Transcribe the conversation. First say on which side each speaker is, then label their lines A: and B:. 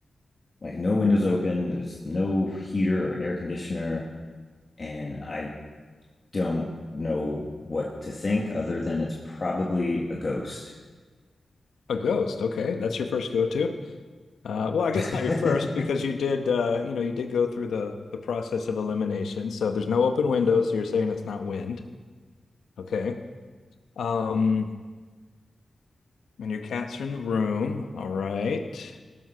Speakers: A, on the left; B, on the left.
A: like no windows open, there's no heater or air conditioner and I don't know what to think other than it's probably a ghost.
B: A ghost. Okay. That's your first go-to. Uh, well, I guess
A: <laughs>
B: not your first because you did uh, you know, you did go through the the process of elimination. So there's no open window, so you're saying it's not wind. Okay. Um, and your cats are in the room. All right.